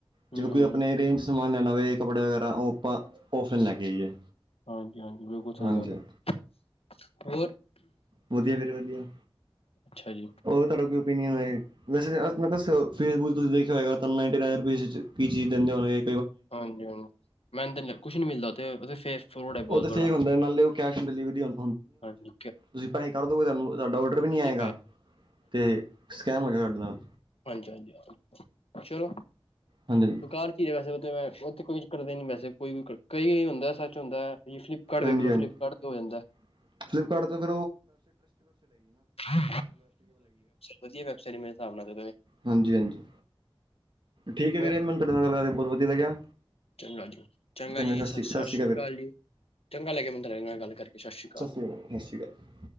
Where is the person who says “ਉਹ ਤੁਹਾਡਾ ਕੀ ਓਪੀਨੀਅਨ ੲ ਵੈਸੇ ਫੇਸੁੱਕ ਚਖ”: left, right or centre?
Right